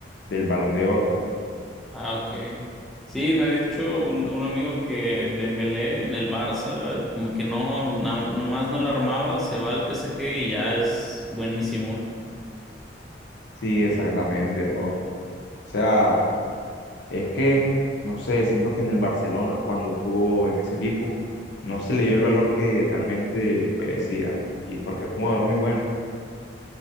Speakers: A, on the left; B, in the centre.
A: del Balón de Oro.
B: Ah, ok. Sí, me había dicho un, un amigo que Dembélé en el Barça, como que no, na- nomás no la armaba, se va al PSG y ya es buenísimo.
A: Sí, exactamente, bro. O sea, Es que, no sé, siento que en el Barcelona, cuando estuvo en ese equipo, no se le dio el valor que realmente merecía. Y porque es un jugador muy bueno.